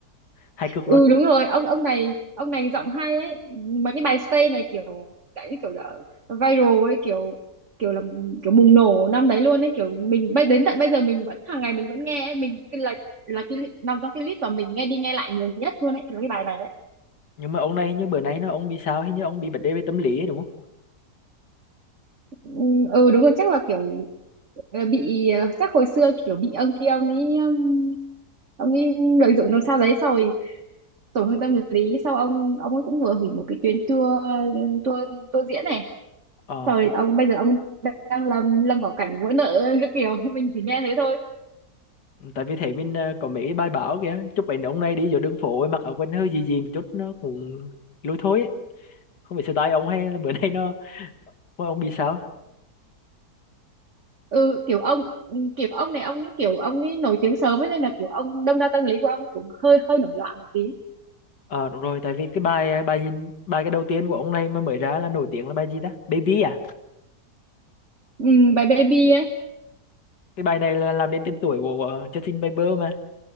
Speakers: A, on the left; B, on the right.
A: hay cực
B: ừ
A: luôn
B: đúng rồi ông ông này ông này giọng hay ấy mà cái bài Stay này kiểu dạng như kiểu là viral ấy kiểu kiểu là kiểu bùng nổ năm đấy luôn ấy kiểu mình bây- đến tận bây giờ mình vẫn hàng ngày mình vẫn nghe ấy. mình cái là là cái li- nằm trong cái list mà mình nghe đi nghe lại nhiều nhất luôn ấy là cái bài này đấy
A: nhưng mà ông này như bữa nay nó ông bị sao hình như ông bị vấn đề về tâm lý ấy, đúng không
B: ừ ừ, đúng rồi chắc là kiểu ờ, bị ờ, chắc hồi xưa kiểu bị ông kia ông ấy um, ông ấy lợi dụng làm sao đấy sau rồi tổn thương tâm lý sau ông ông ấy cũng vừa hủy một cái tuyến tour tour tour diễn này
A: ờ
B: Rồi ông bây giờ ông đang lâm lâm vào cảnh vỡ nợ cái kiểu <laughs> mình chỉ nghe thế thôi.
A: tại vì thế mình à, có mấy cái bài báo kìa chụp ảnh ông này đi giữa đường phố ấy, mặc áo quần hơi gì gì một chút nó cũng lôi thôi ấy. không biết style ông hay là bữa <laughs> nay nó ôi, ông bị sao
B: Ừ kiểu ông kiểu ông này ông ấy kiểu ông ấy nổi tiếng sớm ấy nên là kiểu ông đâm ra tâm lý của ông cũng hơi hơi nổi loạn một tí.
A: ờ đúng rồi tại vì cái bài ờ, bài gì bài cái đầu tiên của ông này mà mới ra là nổi tiếng là bài gì ta Baby à
B: Ừ, bài baby ấy.
A: cái bài này là làm nên tên tuổi của, của Justin Bieber mà